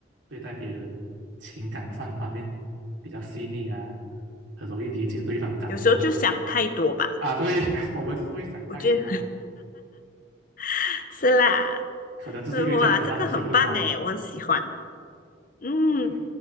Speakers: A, on the right (about 85°); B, on the left (about 45°).
A: 对待别人情感上方面比较细腻啊？很容易理解对方的感受啊？
B: 有时候就想太多吧，
A: 啊，对，<laughs> 我们就是会想太多，
B: 我觉得 <laughs> 是啦。
A: 可能就是因为这样子让我睡不着。
B: 呃哇，这个很棒诶，我很喜欢。嗯，
A: OK，